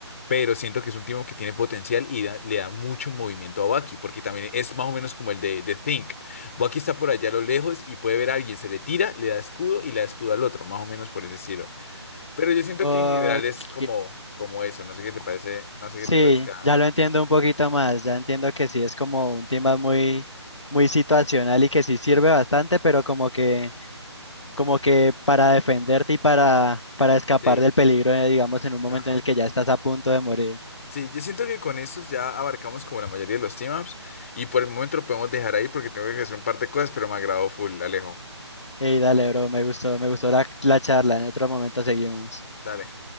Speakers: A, on the left; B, on the left.
A: pero siento que es un team up que tiene potencial y da- le da mucho movimiento a Baki, porque también es más o menos como el de, de Think. Baki está por allá a lo lejos y puede ver a alguien, se le tira, le da escudo y le da escudo al otro, más o menos por ese estilo. Pero yo siento
B: ok.
A: que en general es como, como eso, no sé qué te parece, no sé
B: Sí,
A: qué te parezca.
B: ya lo entiendo un poquito más. Ya entiendo que sí es como un tema muy, muy situacional y que sí sirve bastante, pero como que como que para defenderte y para, para escapar
A: Sí.
B: del peligro, eh, digamos, en un momento
A: Ajá.
B: en el que ya estás a punto de morir.
A: Sí, yo siento que con esos ya abarcamos como la mayoría de los team ups y por el momento lo podemos dejar ahí porque tengo que hacer un par de cosas, pero me agradó full, Alejo.
B: Ey, dale, bro, me gustó, me gustó la, la charla. En otro momento seguimos.
A: Dale.